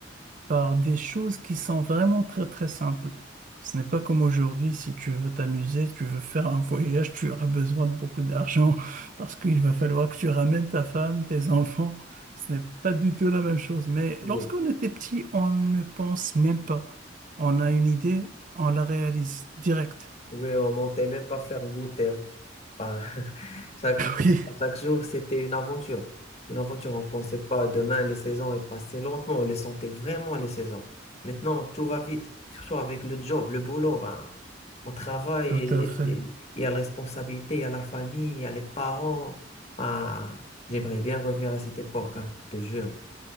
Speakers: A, on the right; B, on the left.
A: par des choses qui sont vraiment très très simples. Ce n'est pas comme aujourd'hui, si tu veux t'amuser, tu veux faire un voyage, tu auras besoin de beaucoup d'argent <laughs> parce qu'il va falloir que tu ramènes ta femme, tes <laughs> enfants. Ce n'est pas du tout la même chose. Mais
B: Oui.
A: lorsqu'on était petit, on ne pense même pas. On a une idée, on la réalise direct. <laughs>
B: Oui, on montait même pas faire goûter. hein. Enfin, <laughs> chaque, jour-
A: Oui,
B: chaque jour, c'était une aventure. Une aventure, on pensait pas demain, les saisons elles passaient lentement, on les sentait vraiment, les saisons. Maintenant, tout va vite, surtout avec le job, le boulot. Ben, on travaille,
A: tout
B: et-
A: à fait.
B: et- il y a la responsabilité, il y a la famille, il y a les parents. Ben, j'aimerais bien revenir à cette époque, hein, je te jure.